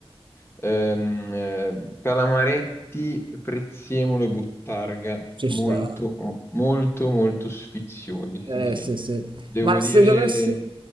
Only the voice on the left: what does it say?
Ehm, eh, calamaretti, prezzemolo e buttarga,
molto,
molto, molto sfiziosi, sì,
sì.
Devo
dire.